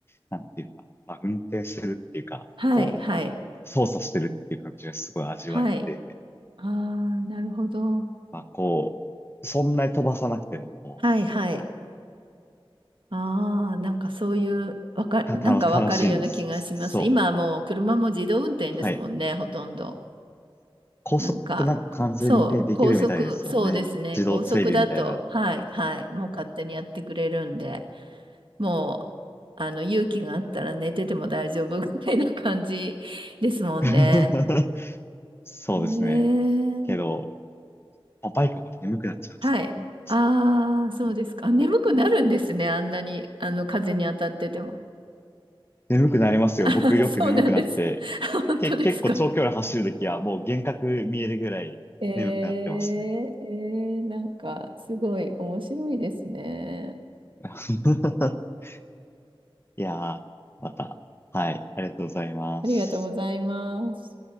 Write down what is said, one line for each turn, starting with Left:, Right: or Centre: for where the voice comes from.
Left: なんていうか、まあ、運転してるっていうか、
Right: はいはい
Left: こう、操作してるっていう感じがすごい味わえて、
Right: はい。ああ、なるほど。
Left: まあこう、そんなに飛ばさなくてもこ
Right: はいはい。
Left: う、あ
Right: ああ、なんかそういう、わか、
Left: た、
Right: なんかわかるような気がします。
Left: たの、楽しいんです。そう。
Right: 今はもう車も自動運転ですもんね、
Left: はい。
Right: ほとんど。
Left: 高速なんか完全にね、
Right: なんか、そう、
Left: できるみたいですもんね。
Right: 高速、そうですね。
Left: 自動追尾みたいな。
Right: 高速だと、はい、はい、もう勝手にやってくれるんで、もう、あの、勇気があったら寝てても大丈夫みたいな感じですもんね。
Left: <laughs> そうですね。
Right: ねえ
Left: けど、まあバイクも眠くなっちゃうんですよね。
Right: はい。
Left: こ
Right: ああ、そうですか。
Left: うね
Right: あ眠くなるんですね。あんなに、あの、風に当たってても。
Left: 眠くなりますよ。
Right: <laughs> あ、
Left: 僕よく眠くなって、
Right: そうなんです。<laughs> あ本当ですか。
Left: け、結構長距離走るときはもう幻覚見えるぐらい眠くなってますね。
Right: えー、えー、なんか、すごい面白いですね。
Left: <laughs> いやー、また。はい、ありがとうございます。
Right: ありがとうございます。